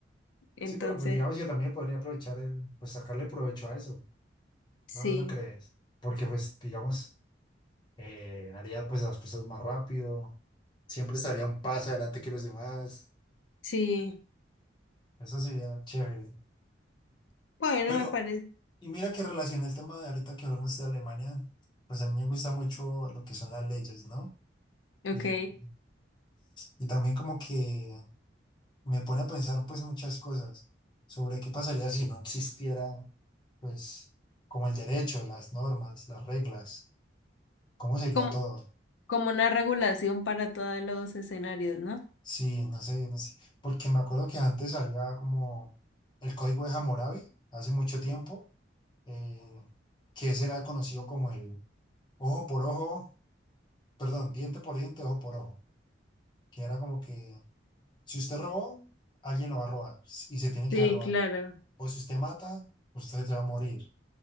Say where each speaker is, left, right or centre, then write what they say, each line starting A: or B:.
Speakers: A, on the left; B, on the left.
A: Entonces,
B: Sí, pero pues digamos que también podría aprovechar el, pues sacarle provecho a eso.
A: sí,
B: No, ¿no crees? Porque pues digamos... eh, haría pues las cosas más rápido, siempre estaría un paso adelante que los demás,
A: sí.
B: eso sería chévere.
A: Bueno,
B: Pero,
A: me parece.
B: y mira que relaciona el tema de ahorita que hablamos de Alemania, pues a mí me gusta mucho lo que son las leyes, ¿no?
A: Ok.
B: Y, y también como que me pone a pensar pues muchas cosas sobre qué pasaría si no existiera pues como el derecho, las normas, las reglas, cómo sería
A: Como,
B: todo.
A: como una regulación para todos los escenarios, ¿no?
B: Sí, no sé, no sé. Porque me acuerdo que antes había como el código de Hammurabi, hace mucho tiempo, eh, que ese era conocido como el ojo por ojo, perdón, diente por diente, ojo por ojo. Que era como que si usted robó, alguien lo va a robar s- y se tiene que
A: Sí,
B: robar.
A: claro.
B: O si usted mata, usted se va a morir.